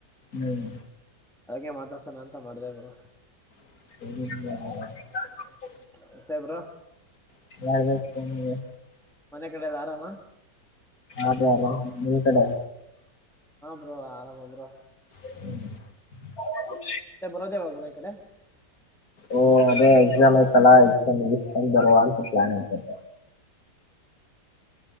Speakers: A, on the left; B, in the centre.
A: ಹ್ಮ್
B: ಅಗೆ ಮಾತಸನ ಅಂತ ಮಾಡ್ದೇವರು
A: <unintelligible>
B: ಮತ್ತೆ ಬ್ರೋ
A: <unintelligible>
B: ಮನೆ ಕಡೆಲ್ಲ ಆರಾಮ
A: ಅದೇ ಆರಾಮ ನಿಮ್ ಕಡೆ
B: ಹಾ ಬ್ರೋ ಆರಾಮ ಬ್ರೋ
A: <unintelligible>
B: ಮತ್ತೆ ಬರೋದೇ ಯಾವಾಗ ಈ ಕಡೆ
A: ಓ ಅದೇ ಎಕ್ಸಾಮ್ ಆಯ್ತಲ್ಲಾ ಎಕ್ಸಾಮ್ಟ್ಕೊಂಡ ಬರುವ ಅಂತ ಪ್ಲಾನ್ ಐಯ್ತಪ್ಪ